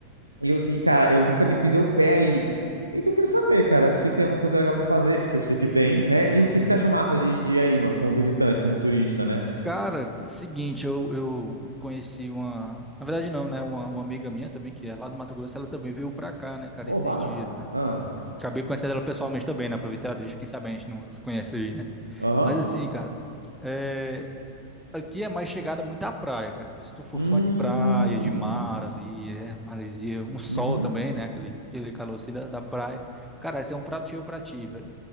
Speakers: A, on the right (about 85°); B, in the centre.
A: E, eu- e, cara, eu nunca nem pisei o pé aí. Então eu queria saber, cara, se tem alguma coisa legal pra fazer, que eu sei que tem, né? E o que,
B: aham.
A: que você acha massa de, de ir aí, mano, como visitante, como turista, né?
B: Cara, seguinte, eu, eu conheci uma. Na verdade, não, né? Uma, uma amiga minha também, que é lá do Mato Grosso, ela também veio pra cá, né, cara,
A: Ô,
B: esses
A: bala.
B: dias, né?
A: Ah,
B: Acabei conhecendo ela pessoalmente também, né? Aproveitar, deixa, quem sabe a gente não se conhece aí, né?
A: aham.
B: Mas assim, cara, é, Aqui é mais chegada muito à praia, cara. Então, se tu for
A: Hum.
B: fã de praia, de mar ali, é, maresia, um sol
A: Uhum.
B: também, né? Aquele, aquele calor assim da, da praia. Cara, esse é um prato cheio pra ti, velho.